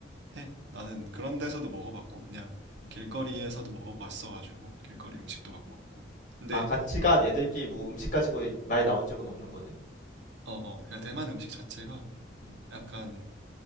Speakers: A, on the right; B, on the left.
A: 해. 나는 그런 데서도 먹어봤고 그냥
B: 음,
A: 길거리에서도 먹어봤어가지고 길거리 음식도 막 먹고. 근데
B: 아, 같이 간 애들끼리 뭐 음식 가지고 말 나온 적은 없는 거네?
A: 어어 그냥 대만 음식 자체가
B: 음,
A: 약간